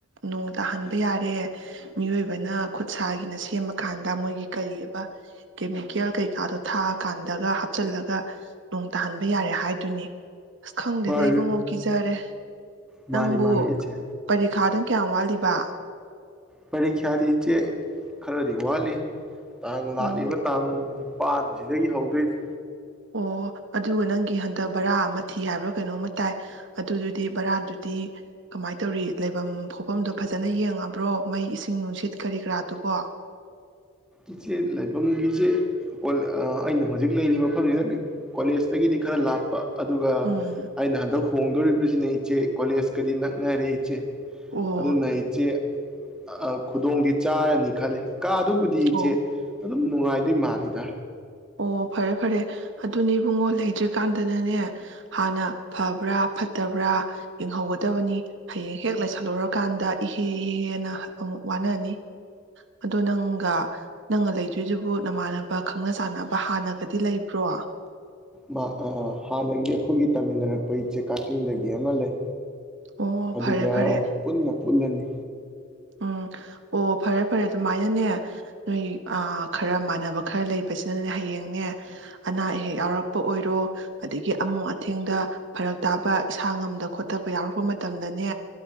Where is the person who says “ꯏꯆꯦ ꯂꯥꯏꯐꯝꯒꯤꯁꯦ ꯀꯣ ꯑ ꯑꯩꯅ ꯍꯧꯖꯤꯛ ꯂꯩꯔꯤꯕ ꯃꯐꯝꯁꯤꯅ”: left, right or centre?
Centre